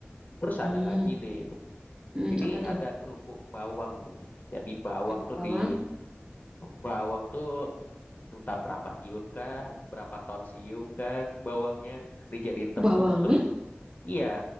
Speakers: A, on the left; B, on the right.
A: Terus
B: hmm,
A: ada lagi nih.
B: hmm,
A: Ini
B: apa tuh?
A: ada kerupuk bawang nih. Jadi bawang
B: Kerupuk
A: tuh
B: bawang,
A: di bawang tuh entah berapa siung kah, berapa ton siung kah bawangnya dijadiin tepung
B: bawangnya?
A: terus iya.